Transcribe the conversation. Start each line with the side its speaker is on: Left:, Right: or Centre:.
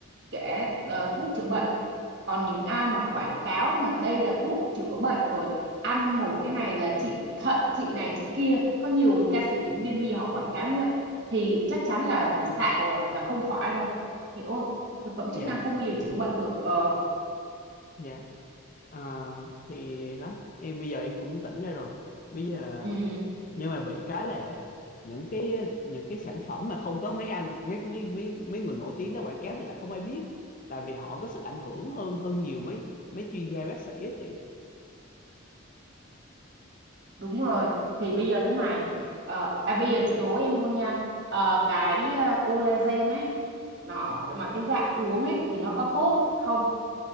Right: để ờ, thuốc chữa bệnh còn những ai mà quảng cáo mà đây là thuốc chữa bệnh rồi ăn một cái này là trị thận chị này chị kia có nhiều ca sĩ diễn viên bây giờ họ quảng cáo như vậy thì chắc chắn là là xạo rồi là không phải rồi hiểu không thực phẩm chức
Left: dạ
Right: năng không bao giờ chữa bệnh được ờ
Left: dạ Ờ, thì đó em bây giờ em cũng tỉnh ra rồi bây giờ
Right: ừ,
Left: nhưng mà bị cái là những cái những cái sản phẩm mà không có mấy anh mấy mấy mấy mấy người nổi tiếng đó quảng cáo thì lại không ai biết tại vì họ có sức ảnh hưởng hơn hơn nhiều mấy mấy chuyên gia bác sĩ á chị
Right: đúng rồi thì bây giờ thế này ờ, à, bây giờ chị đố em luôn nha Ờ, cái ờ, collagen ấy nó mà cái dạng uống ấy thì nó có tốt không